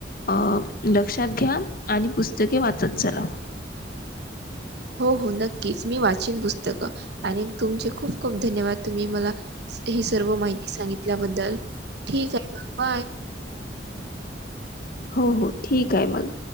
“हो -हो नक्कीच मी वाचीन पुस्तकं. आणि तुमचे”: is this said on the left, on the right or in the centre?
Right